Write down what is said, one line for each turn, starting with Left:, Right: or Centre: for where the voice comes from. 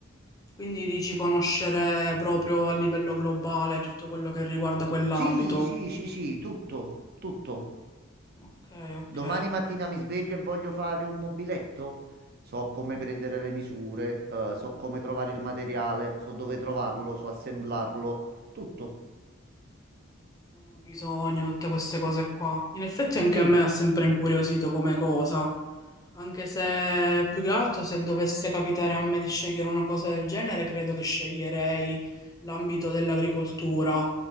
Left: Quindi dici conoscere proprio a livello globale tutto quello che riguarda quell'ambito.
Right: Sì, sì, sì, sì, tutto, tutto.
Left: Ok, ok.
Right: Domani mattina mi sveglio e voglio fare un mobiletto. So come prendere le misure, eh, so come trovare il materiale, so dove trovarlo, so assemblarlo, tutto.
Left: un bisogno, tutte queste cose qua. In effetti anche
Right: Sì,
Left: a me ha sempre incuriosito come cosa, anche se più che altro se dovesse capitare a me di scegliere una cosa del genere, credo che sceglierei l'ambito dell'agricoltura.